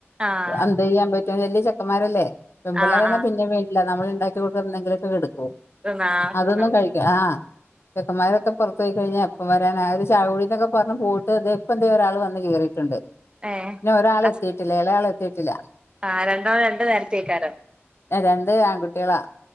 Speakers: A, on the right; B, on the left.
A: ആഹ്
B: അന്തെയ്യാ പറ്റോ വല്ല്യ ചെക്കന്മാരല്ലേ പെമ്പിള്ളേരാണെ
A: ആഹ് ആഹ്
B: പിന്നെ വേണ്ടില്ല നമ്മള് ണ്ടാക്കിക്കൊട് വന്നെങ്കിലൊക്കെ കടുക്കോ
A: തിന്നാ
B: അതൊന്നും
A: തിന്നോളും
B: കഴിക്ക ആഹ്. ചെക്കന്മാരൊക്കെ പൊറത്ത് പോയി കഴിഞ്ഞാ എപ്പം വരാനാ ആ ഒരു ചായകുടിന്നൊക്കെ പർഞ്ഞ് പോയിട്ട് ദെ ഇപ്പൊ ദെ ഒരാള് വന്ന് കേറി. ട്ടുണ്ട്.
A: ഏഹ്.
B: ന്നൊ ഒരാള്
A: ഹസ്
B: എത്തിയിട്ടില്ല ഇളയാളെത്തിയിട്ടില്ല.
A: ആഹ് രണ്ടാളു രണ്ട് നേരത്തേക്കാരം.
B: എ രണ്ട് ആൺകുട്ടികളാ.